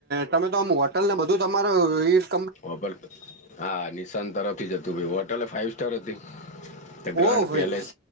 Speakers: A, on the right (about 50°); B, on the left (about 40°).
A: તમે તો આમ હોટલને બધું તમારું
B: લ હા નિશાન તરફથી જ હતું હોટલ ફાઈવ સ્ટાર હતું. દ ગ્રાન્ડ
A: ઓ ભાઈ
B: પેલેસ